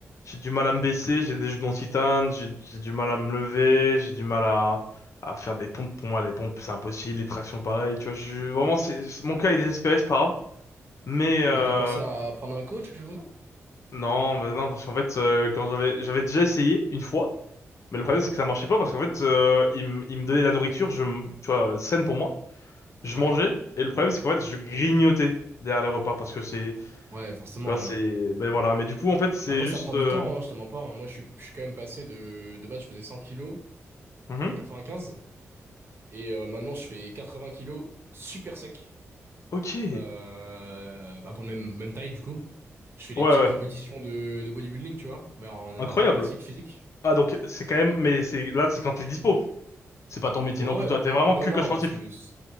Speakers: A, on the left (about 60°); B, on the right (about 45°).
A: j'ai du mal à me baisser, j'ai des genoux en titane, j'ai j'ai du mal à me lever, j'ai du mal à à faire des pompes. Pour moi, les pompes c'est impossible, les tractions pareil, tu vois. Je, vraiment, c'est c'est- mon cas est désespéré, c'est pas grave. Mais euh,
B: Mais t'as pensé à prendre un coach, quelque chose comme ça?
A: non, bah non, parce qu'en fait, euh, quand j'avais j'avais déjà essayé une fois, mais le problème
B: Ouais.
A: c'est que ça marchait pas parce qu'en fait, euh, il me il me donnait de la nourriture, je me- tu vois, saine pour moi. je
B: Ouais.
A: mangeais et le problème c'est qu'en fait je grignotais derrière les repas parce que c'est tu
B: Ouais, forcément,
A: vois c'est
B: ouais. hein.
A: ben voilà mais du coup en fait c'est
B: Après,
A: juste
B: ça prend
A: euh,
B: du temps, hein, je te mens pas. hein. Moi, je suis, je suis quand même passé de. De base, je faisais 100 kilos
A: mhm.
B: pour un quatre-vingt-quinze Et euh, maintenant, je fais 80 kilos super sec.
A: Ok ouais
B: Euh, bah, pour le même, même taille, du coup. Je fais des
A: ouais
B: petites compétitions de, de bodybuilding, tu vois, mais en amateur
A: incroyable
B: classique, physique.
A: ah donc c'est quand même mais c'est là c'est quand t'es dispo c'est pas ton métier
B: Ouais,
A: non
B: ouais.
A: plus toi t'es vraiment
B: Non,
A: que
B: non,
A: coach sportif
B: parce que c-